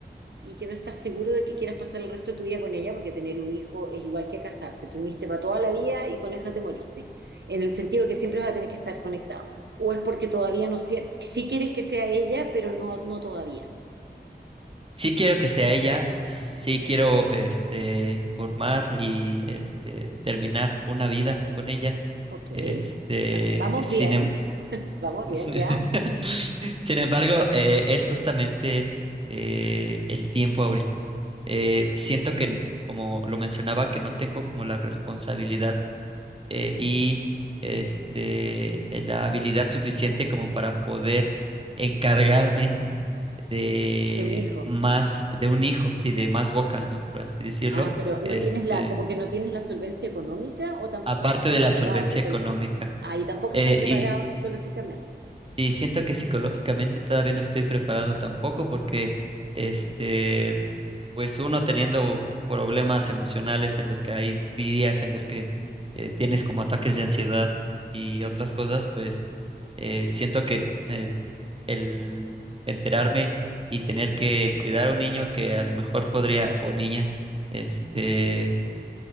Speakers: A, on the right (about 80°); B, on the right (about 30°).
A: y que no estás seguro de que quieras pasar el resto de tu vida con ella, porque tener un hijo es igual que casarse. Te uniste para toda la vida y con esa te moriste, en el sentido de que siempre vas a tener que estar conectado. O es porque todavía no, si, si quieres que sea ella, pero no, no todavía.
B: sí quiero que sea ella, sí quiero este formar y este terminar una vida con ella.
A: Ok,
B: Este,
A: vamos
B: sin
A: bien,
B: em-
A: vamos
B: <laughs>
A: bien ya,
B: sin embargo, eh, es justamente eh, el tiempo ahorita. Eh, siento que, como lo mencionaba, que no tengo como la responsabilidad eh, y este la habilidad suficiente como para poder encargarme de
A: de un hijo.
B: más, de un hijo, sí, de más bocas, ¿no? Por así decirlo,
A: Ah, pero no
B: este,
A: tienes la, como que no tienes la solvencia económica o tampoco
B: aparte
A: no estás
B: de
A: preparado
B: la solvencia
A: psicológicamente.
B: económica.
A: Ah, y tampoco
B: Eh,
A: estás preparado
B: y,
A: psicológicamente.
B: y siento que psicológicamente todavía no estoy preparado tampoco porque, este, pues uno teniendo problemas emocionales en los que hay días en los que eh, tienes como ataques de ansiedad y otras cosas, pues eh, siento que el enterarme y tener que cuidar a un niño que a lo mejor podría, o niña, este,